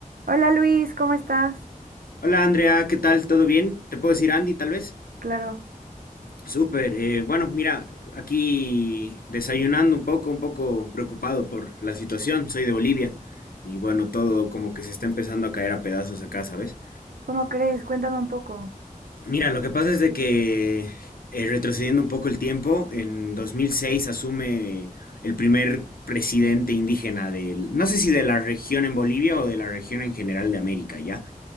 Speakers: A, on the right (about 80°); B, on the left (about 85°).
A: Hola Luis, ¿cómo estás?
B: Hola Andrea, ¿qué tal? ¿Todo bien? ¿Te puedo decir Andy, tal vez?
A: Claro,
B: Súper. eh, bueno, mira, aquí desayunando un poco, un poco preocupado por la situación. Soy de Bolivia y bueno, todo como que se está empezando a caer a pedazos acá, ¿sabes?
A: ¿cómo crees? Cuéntame un poco.
B: Mira, lo que pasa es de que eh, retrocediendo un poco el tiempo, en 2006 asume el primer presidente indígena del, no sé si de la región en Bolivia o de la región en general de América, ¿ya?